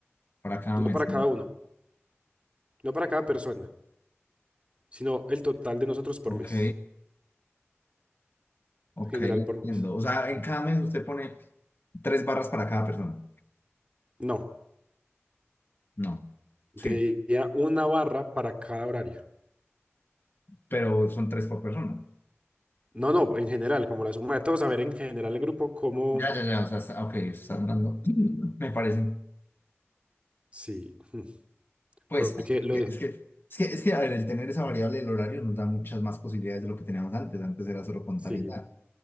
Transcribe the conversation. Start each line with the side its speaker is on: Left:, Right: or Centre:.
Left: para cada
Right: no
Left: mes.
Right: para cada uno, no para cada persona, sino el total de nosotros por
Left: Ok,
Right: mes,
Left: ok,
Right: general
Left: entiendo.
Right: por mes.
Left: O sea, en cada mes usted pone tres barras para cada persona.
Right: No,
Left: No,
Right: diría
Left: sí,
Right: una barra para cada horario.
Left: pero son tres por persona.
Right: No, no, en general, como la suma de todos, a ver en general el grupo cómo,
Left: Ya, ya, ya, o sea, está- ok, está hablando. <clears throat> Me parece,
Right: sí, <laughs>
Left: pues,
Right: porque lo,
Left: es que, es que, es que, a ver, el tener esa variable del horario nos da muchas más posibilidades de lo que teníamos antes. Antes era solo contar
Right: sí,
Left: y ya.